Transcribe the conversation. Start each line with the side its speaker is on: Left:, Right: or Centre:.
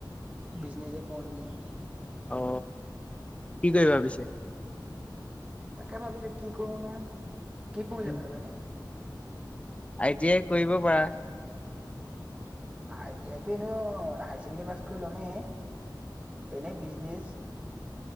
Right: বিজনেচ কৰো নেকি?
Left: অ কি কৰিবা বিচে-
Right: তাকে ভাবিছো কি কৰোনো কি পঢ়িলে
Left: উম
Right: ভাল হব এনে
Left: আই টি আই কৰিব পাৰা।
Right: আই টি আই এনে হাই ছেকেণ্ডৰী পাছ কৰি লমেই এনেই বিজনেছ